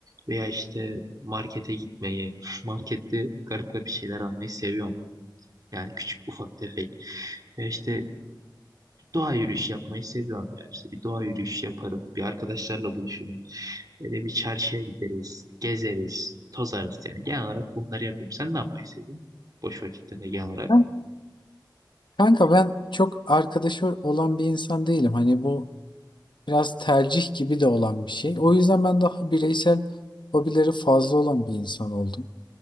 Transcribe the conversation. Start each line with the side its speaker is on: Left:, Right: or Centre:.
Right: veya işte markete gitmeyi, markette garip garip şeyler almayı seviyorum. Yani küçük ufak tefek. Ve işte bir doğa yürüyüşü yapmayı seviyorum ya. İşte bir doğa yürüyüşü yaparım. Bir arkadaşlarla buluşurum. Böyle bir çarşıya gideriz. Gezeriz. Tozarız yani. Genel olarak bunları yapıyorum. Sen ne yapmayı seviyorsun? Boş vakitlerinde genel olarak.
Left: Ben- Kanka ben çok arkadaşı olan bir insan değilim. Hani bu biraz tercih gibi de olan bir şey. O yüzden ben daha bireysel hobileri fazla olan bir insan oldum.